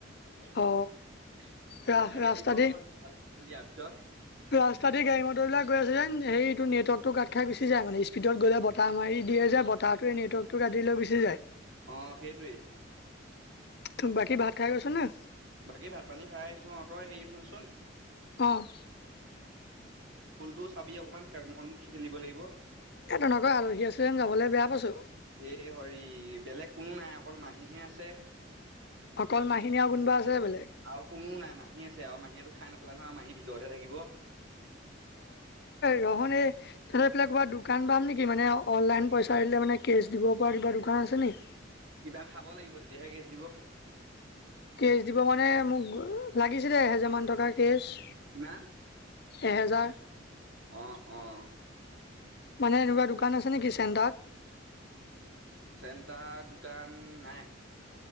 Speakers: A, on the right; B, on the left.
A: চাৰ্টিফিকেট
B: অ ৰা ৰাস্তা
A: দিব আৰু
B: দি
A: দিয়াৰ পিছত
B: ৰাস্তা দি গাড়ী মটৰবিলাক গৈ আছে যেন সেই এইটো নেটৱৰ্কতটো কাট খাই গুচি যায়। মানে গ'লে বতাহ মাৰি দিয়ে যে বতাহটো নেটৱৰ্কতটো গাডি লৈ গুচি যায়।
A: অ' সেইটোৱেই
B: ত বাকী ভাত খাই গৈছ নে??
A: বাকী ভাত পানী খাই আহিছো অ তই হেৰি শুনচোন।
B: অ'
A: খুল টো চাবি হা কেৰমখন খেলিব লাগিব।
B: এ তেনেকৈ আলহী আছে যেন যাবলৈ বেয়া পাইছো
A: হে হৰি বেলেগ কোনো নাই। অকল মাহীহে আছে।
B: অকল মাহীনি আৰু কোনোবা আছে বেলেগ
A: আৰু কোনোও নাই মাহী আছে আৰু মাহীয়ে তোক খাই নোপেলাই নহয় মাহী- ভিতৰত হে থাকিব।
B: ৰহোন এই তহঁৰ এইফালে কৰবাত দোকান পাম নেকি মানে অনলাইন পইচা দিলে মানে কেছ দিব পৰা কিবা দোকান আছে নেকি।
A: কিবা খাব লাগিব তেতিয়াহে কেছ দিব
B: কেচ দিব মানে মোক লাগিছিলে এহেজাৰ মান টকা কেচ
A: কিমান
B: এহেজাৰ-
A: অ অ-
B: মানে এনেকুৱা দোকান আছে নেকি চেণ্টাৰত
A: চেণ্টাৰত দোকান নাই।